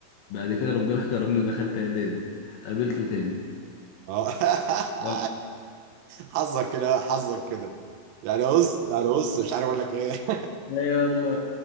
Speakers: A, on the left (about 75°); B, on the right (about 80°).
A: بعد كده ربنا <laughs> كرمني ودخلت إعدادي قابلته تاني
B: اه <laughs>
A: يلا
B: حظك كده حظك كده يعني بص يعني بص مش عارف اقول لك ايه <laughs>
A: يلا